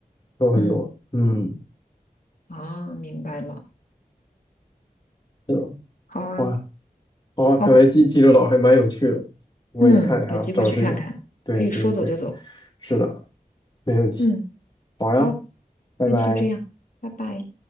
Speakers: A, on the left; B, on the left.
A: 都很多。
B: 嗯
A: 嗯，
B: 啊，明白了，
A: 是的，
B: 好啊，
A: 哇好啊，看来济济州岛还蛮有趣的，
B: 好，
A: 我也看一下，
B: 嗯，有机会去看看，
A: 找时，对对对，
B: 可以说走就走，
A: 是的，没问题。
B: 嗯，
A: 好呀，
B: 好，
A: 拜拜。
B: 那就这样，拜拜。